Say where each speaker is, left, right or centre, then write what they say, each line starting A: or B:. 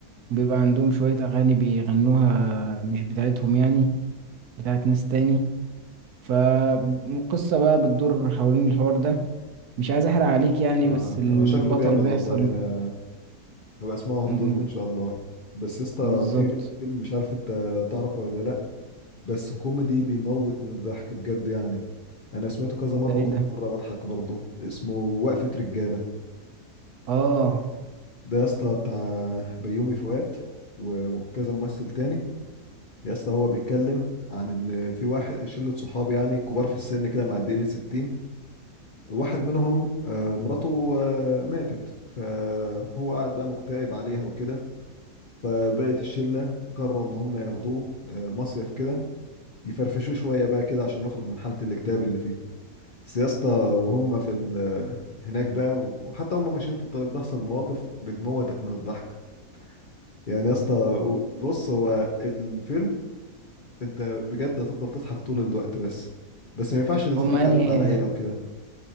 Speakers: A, on the right; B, on the left.
A: بيبقى عندهم شوية أغاني بيغنوها مش بتاعتهم يعني بتاعت ناس تاني فالقصة بقى بتدور حوالين الحوار ده مش عايز أحرق عليك يعني
B: اه
A: بس البطل
B: هو شكله جامد
A: بيحصل
B: والله انا هبقى اسمعهم
A: م-
B: دول ان شاء الله بس يا اسطى
A: بالظبط
B: في بقى فيلم مش عارف انت تعرف ولا لا بس كوميدي بيموت من الضحك بجد يعني انا سمعته كذا مره
A: ده
B: وكنت
A: ايه ده
B: مره بضحك برضه اسمه وقفه رجاله
A: اه
B: ده يا اسطى بتاع بيومي فؤاد و- وكذا ممثل تاني يا اسطى هو بيتكلم عن ان في واحد شله صحاب يعني كبار في السن كده معديين الستين واحد منهم آه، مراته آه، ماتت فهو قاعد بقى مكتئب عليها وكده فبقت الشلة قرروا إن هم ياخدوه آه، مصيف كده يفرفشوه شوية بقى كده عشان يخرج من حالة الاكتئاب اللي فيه بس يا اسطى وهم في ال- آه، هناك بقى وحتى هم ماشيين في الطريق بتحصل مواقف بتموتك من الضحك يعني يا اسطى بص هو الفيلم انت بجد هتفضل تضحك طول الوقت بس بس ما ينفعش تتفرج
A: هما يعني
B: عليه مع العيلة وكده